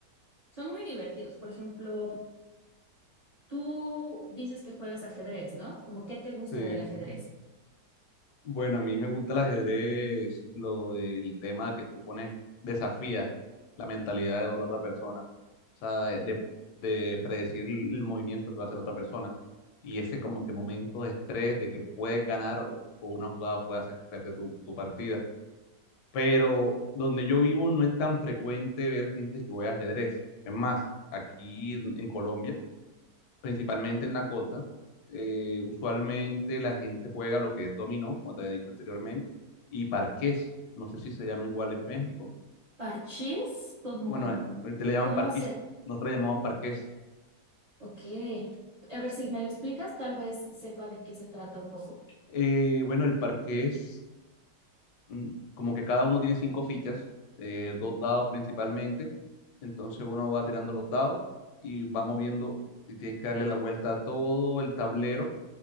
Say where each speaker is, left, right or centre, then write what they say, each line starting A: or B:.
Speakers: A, on the right; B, on the left.
A: son muy divertidos. Por ejemplo, tú dices que juegas ajedrez, ¿no? Como, ¿qué te gusta
B: sí.
A: del ajedrez?
B: Bueno, a mí me gusta el ajedrez, lo del tema que tú pones, desafías la mentalidad de la otra persona, o sea, de, de- de predecir el movimiento que va a hacer la otra persona y ese como que momento de estrés de que puedes ganar o, o una jugada puede hacer perder tu, tu partida. Pero donde yo vivo no es tan frecuente ver gente que juega ajedrez. Es más, aquí en en Colombia principalmente en la costa. Eh, usualmente la gente juega lo que es dominó, como te había dicho anteriormente, y parqués. No sé si se llama igual en México.
A: Parchís, como,
B: Bueno, eh, ahorita le llaman
A: ¿cómo
B: parquís,
A: se...?
B: nosotros le llamamos parqués.
A: Ok. A ver, si me lo explicas, tal vez sepa de qué se trata un poco.
B: Eh, bueno, el parqués, mm, como que cada uno tiene cinco fichas, eh, dos dados principalmente. Entonces uno va tirando los dados y va moviendo y tiene que darle la vuelta a todo el tablero